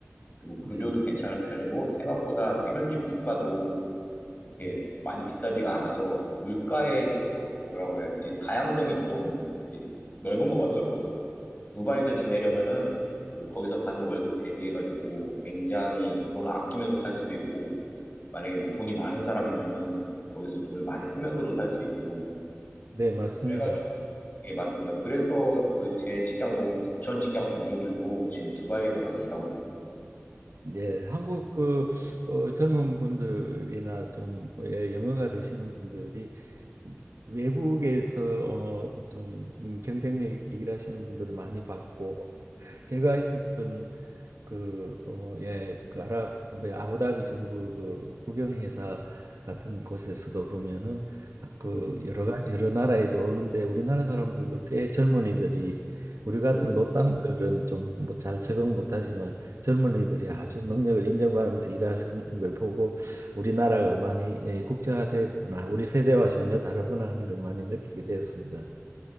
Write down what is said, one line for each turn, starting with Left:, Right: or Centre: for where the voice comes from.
Left: 그리고
Right: 네,
Left: 급여도 괜찮은 편이고, 생각보다 그 현지 물가도 이렇게
Right: 네,
Left: 많이 비싸지가 않아서, 물가의 뭐- 뭐라고 해야 되지? 다양성이 좀 이렇게 넓은 것 같더라고요. 두바이에서 지내려면은 그 거기서 받는 월급 대비해가지고 굉장히 돈을 아끼면서 살 수도 있고, 만약에 뭐 돈이 많은 사람이면은 거기서 돈을 많이 쓰면서도 살 수 있고
Right: 네, 맞습니다.
Left: 그래가지고 예 맞습니다. 그래서 그 제 직장 동 전 직장 동료들도 지금 두바이에서 많이 일하고 있습니다.
Right: 네, 한국 그 어, 젊은 분들이나 좀 예, 영어가 되시는 분들이 외국에서 어, 좀 음, 경쟁력 있게 일하시는 분들을 많이 봤고 제가 있었던 그, 어, 예, 그 아랍, 뭐 아부다비 정부 그 국영회사 같은 곳에서도 보면은 그
Left: 예,
Right: 여러 가 여러 나라에서 오는데 우리나라 사람들도 꽤 젊은이들이 우리 같은
Left: 예.
Right: 노땅들은 좀 뭐 잘 적응 못하지만 젊은이들이 아주 능력을 인정받으면서 일하시는 걸 보고 우리나라가 많이 예, 국제화됐구나 우리 세대와 전혀 다르구나 하는 걸 많이 느끼게 되었습니다.